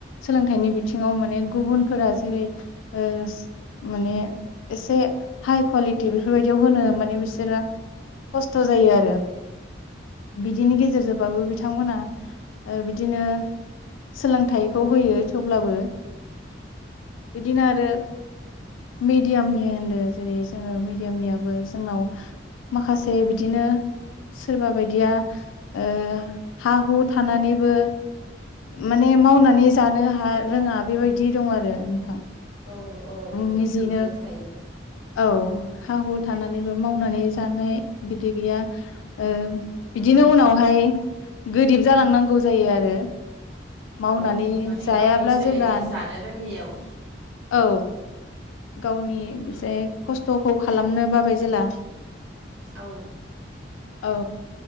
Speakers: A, on the left; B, on the right.
A: सोलोंथाइनि बिथिङाव माने गुबुनफोरा जेरै ओस माने एसे हाइ कुवालिटि बेफोरबायदियाव होनो माने बिसोरा खस्थ' जायो आरो। बिदिनि गेजेरजोंबाबो बिथांमोना ओ बिदिनो सोलोंथाइखौ होयो थेवब्लाबो बिदिनो आरो मिडियामनि होनदो जेरै जोङो मिडियामनियाबो जोंनाव माखासे बिदिनो सोरबा बायदिया ओ हा हु थानानैबो माने मावनानै जानो हा रोङा बेबायदि दं आरो नोंथां।
B: औ औ
A: उम निजेनो
B: बिदिया थायो
A: औ हाहु थानानैबो मावनानै जानाय बिदि गैया ओ बिदिनो उनावहाय गोरिब जालांनांगौ जायो आरो मावनानै
B: औ माने
A: जायाब्ला
B: गावनि सोलिनो
A: जेब्ला
B: जानो रोङियाव
A: औ गावनि बेसे खस्थ'खौ खालामनो बाबाय जेला
B: औ
A: औ